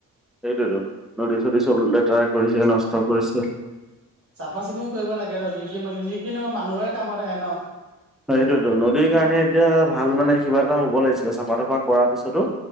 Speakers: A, in the centre; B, on the right.
A: সেইটোয়তো, নদী চদী চব লেতেৰা কৰিছে। নষ্ট কৰিছে।
B: চাফা চিকুণ কৰিব লাগে ন, যিকি, যিকি নহক মানুহৰে কামত আহে ন।
A: হয়। সেইটোটো, নদীৰ কাৰণে
B: সেইটো
A: এতিয়া ভাল মানে কিবা এটা হব লাগিছিলে, চাফা তাফা কৰাৰ পিছতো।